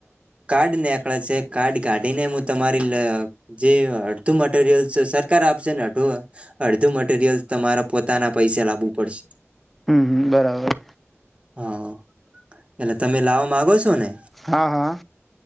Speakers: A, on the right; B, in the centre.
A: કાર્ડ ને આકળે છે કાર્ડ કાઢીને તમારી જે અડધું મટીરિયલ્સ સરકાર આપશે ને અધું અડધું મટીરિયલ્ તમારે પોતાના પૈસા લાવવું પડશે
B: હમ હમ બરાબર
A: હા એટલે તમે લાવવા માગો છો ને
B: હા હા